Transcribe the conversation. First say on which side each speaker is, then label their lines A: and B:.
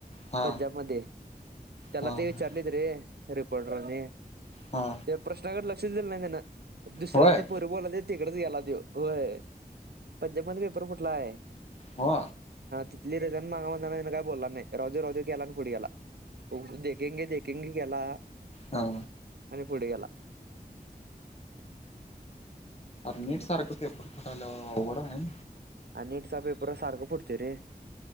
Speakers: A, on the left; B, on the right.
A: हा
B: पंजाब मध्ये त्याला
A: हा
B: ते विचारलेत रे.. रिपोर्टरने.
A: हा
B: त्या प्रश्नाकडे लक्ष दिलं नाही त्याने, दुसऱ्या
A: होय
B: त्या पो बोला ते तिकडेच गेला त्यो, होय.. पंजाब मध्ये पेपर फुटलाय.
A: हो
B: तिथली डिझाईन मागव मग काय बोलला नाही राहू दे राहू दे बोला आणि पुढे गेला. देखेंगे.. देखेंगे.. केला.
A: हा
B: आणि पुढे गेला.
A: नीट
B: हम्म
A: सारख पेपर फुटलावर अवघड आहे.
B: नीट चा पेपर सारखा फुटतय रे..